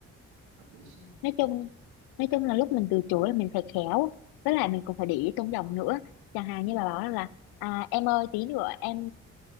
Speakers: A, on the right (about 85°); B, on the left (about 85°).
A: hợp lý xíu không
B: nói chung nói chung là lúc mình từ chối là mình phải khéo với lại mình cũng phải để ý tôn giọng nữa chẳng hạn như bà bảo là à, em ơi tí nữa em